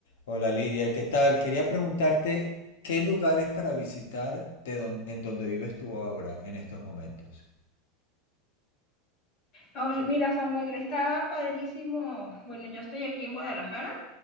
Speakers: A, on the left (about 85°); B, on the left (about 30°).
A: Hola Lidia, ¿qué tal? Quería preguntarte qué lugares para visitar de don- en donde vives tú ahora, en estos momentos.
B: Oh, mira, Samuel, está padrísimo. Bueno, yo estoy aquí en Guadalajara